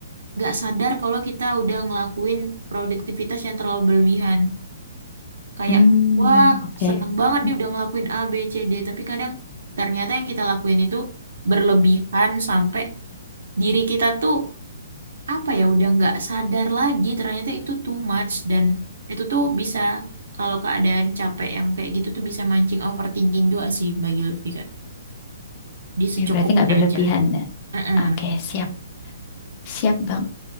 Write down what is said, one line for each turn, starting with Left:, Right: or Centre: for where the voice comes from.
Right: nggak sadar kalau kita udah ngelakuin produktivitas yang terlalu berlebihan. Kayak,
Left: Hmm,
Right: wah,
Left: oke.
Right: seneng banget
Left: Hmm,
Right: nih udah ngelakuin A, B, C, D. Tapi kadang ternyata yang kita lakuin itu berlebihan sampai diri kita tuh apa ya udah nggak sadar lagi ternyata itu too much dan itu tuh bisa kalau keadaan capek yang kayak gitu tuh bisa mancing overthinking juga sih bagi Lutfi Kak. Di secukupnya
Left: Ya, berarti nggak berlebihan
Right: aja.
Left: ya.
Right: Mm-mm.
Left: Oke, siap. Siap, Bang.